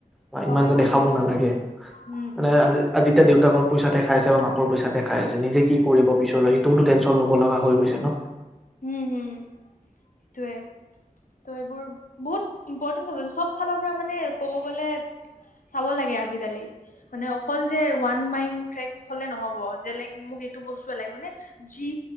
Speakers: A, in the centre; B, on the left.
A: বা
B: সহায়
A: ইমানটা
B: কৰিবি
A: দেখাব
B: হয়,
A: নালাগে
B: হয়। উম,
A: মানে
B: উম,
A: আ আজি এতিয়া দেউতাকৰ পইচা দেখাই আছে বা মাকৰ পইচা দেখাই আছে নিজে কি কৰিব পিছলৈ সেইটোও টেনচন ল'ব লগা হৈ গৈছে ন
B: উ হ সেইটোৱেত এইবোৰ বহুত ইম্পৰ্টেন্ট হৈ গৈছে চব ফালৰ পৰা মানে কব গলে চাব লাগে আজিকালি মানে অকল যে ওৱান মাইন ট্ৰেক হলে নহব যে লাইক মোক এইটো বস্তুৱে লাগে মানে যি